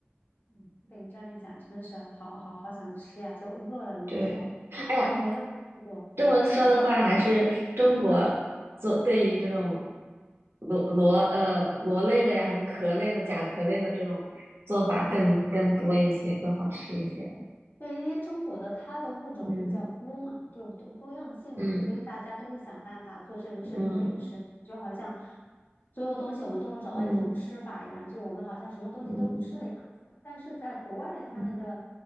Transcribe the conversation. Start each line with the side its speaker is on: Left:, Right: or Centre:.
Left: 嗯，被你这样一讲，真的是好好好想吃呀，就饿了。跟你说，
Right: 对，哎呀，
Left: 我没有尝试过。
Right: 这么说的话，
Left: 对，你说
Right: 还是中国做对于这种螺螺呃螺类的呀，什么壳类的、甲壳类的这种做法更更多一些，更好吃一些。
Left: 对，因为中国的它的物种比较多嘛，
Right: 嗯
Left: 就多多样性嘛，
Right: 嗯
Left: 所以大家都会想办法做这个吃，
Right: 嗯
Left: 做那个吃，感觉好像所有东西我们都能找到一种吃法一样，
Right: 嗯嗯
Left: 就是我们好像什么东西都吃的样子。
Right: 嗯。
Left: 但是在国外，他们的
Right: 嗯